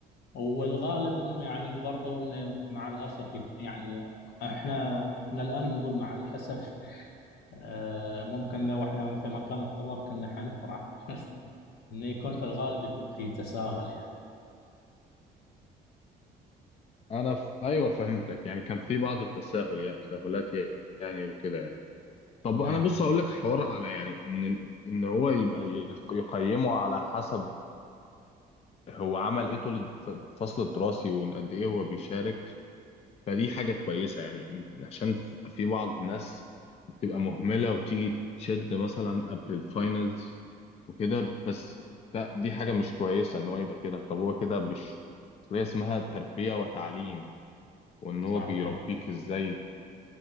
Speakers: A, on the left; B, on the left.
A: والغالب انه يعني برضو إنه مع الاسف يك- يعني احنا احنا الان نقول مع الاسف آه، ممكن لو احنا في مكان الطلاب كنا حنفرح انه يكون في الغالب يكون في تساهل يعني
B: انا ف... ايوه فهمتك يعني كان في بعض التساهل يعني تساهلات يعني وكده يعني طب
A: نعم
B: انا بص اقول لك حوار على يعني ان ان هو يبقى يق- يقيمه على حسب هو عمل ايه طول الف- الفصل الدراسي وان قد ايه هو بيشارك فدي حاجة كويسة يعني إن- عشان في في بعض الناس بتبقى مهملة وتيجي تشد مثلا قبل الفاينلز وكده بس لا دي حاجة مش كويسة إن هو يبقى كده طب هو كده مش أصل هي اسمها تربية وتعليم وإن
A: صحيح
B: هو بيربيك إزاي